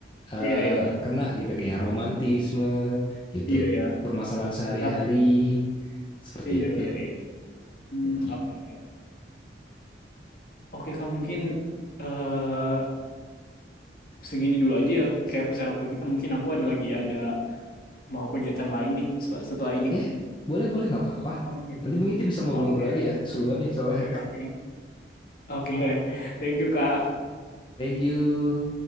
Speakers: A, on the left; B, on the left.
A: eh,
B: Iya, iya, iya.
A: kena gitu kayak romantisme gitu
B: Iya, iya.
A: permasalahan sehari-hari
B: Tapi,
A: seperti
B: iya,
A: itu
B: iya, iya. Hmm,
A: Gitu.
B: oke oke. Oke Kak, mungkin eh segini dulu aja ya kayak percakapan kita. Mungkin aku ada lagi ada mau kegiatan lain nih setelah setelah
A: oke
B: ini.
A: boleh boleh nggak apa-apa
B: Oke.
A: nanti mungkin kita bisa ngobrol-ngobrol
B: Oke,
A: lagi ya seru banget nih soalnya
B: oke, oke. Thank you Kak.
A: <laughs> thank you